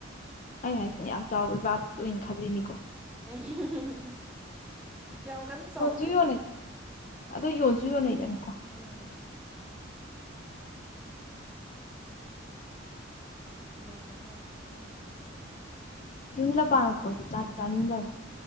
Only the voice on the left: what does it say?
ꯑꯩ ꯍꯥꯏꯁꯤꯅ ꯌꯥꯝ ꯆꯥꯎꯕ ꯚꯥꯕ ꯑꯣꯏꯅ ꯈꯜꯂꯤꯅꯤꯀꯣ
ꯌꯣꯟꯁꯨ
ꯌꯣꯟꯅꯩ ꯑꯗꯣ ꯌꯣꯟꯁꯨ ꯌꯣꯟꯅꯩꯗꯅꯀꯣ
ꯌꯨꯝꯗ ꯄꯥꯕꯄꯣꯠꯇꯤ ꯆꯥꯗꯤ ꯆꯥꯅꯤꯡꯗꯝꯅꯦ